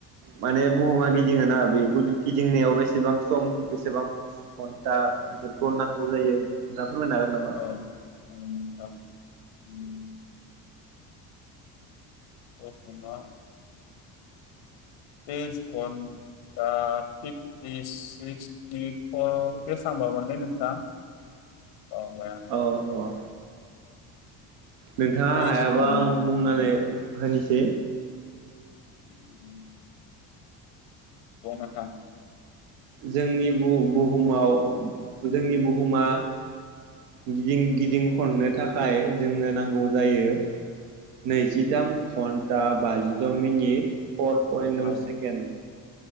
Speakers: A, on the right; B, on the left.
A: माने बुहुमा गिदिङोना बेखौ गिदिंनायाव बेसेबां सम बेसेबां स घन्टा बेफोरखौ नांगौ जायो। फोरमायनो हागोन नामा?
B: औ हागोन नोंथां उम। <unintelligible> तेस धन्टा फिफटि सिकतिफर बेसांबामोनलै नोंथां। बावबाय आं
A: औ अ। नोंथाङा
B: इस्कन
A: हायाबा आं बुंनानै होनिसे।
B: <inaudible> बुं नोंथां।
A: जोंनि बु बुहुमाव जोंनि बुहुमा गिदिं गिदिं खननो थाखाय जोंनो नांगौ जायो नैजिताम घन्टा बाजिद' मिनिट। फर पयेन्ट नौ
B: औ
A: सेकेन्ड।